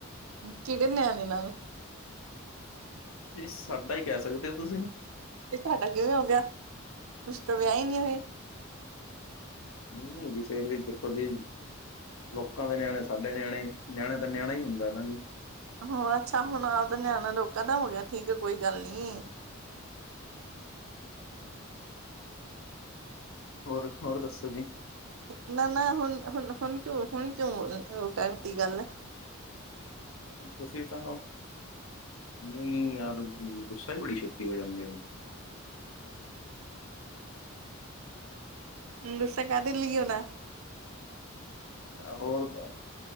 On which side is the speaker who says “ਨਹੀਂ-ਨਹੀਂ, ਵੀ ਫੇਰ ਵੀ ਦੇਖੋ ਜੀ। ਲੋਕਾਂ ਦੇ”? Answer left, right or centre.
Left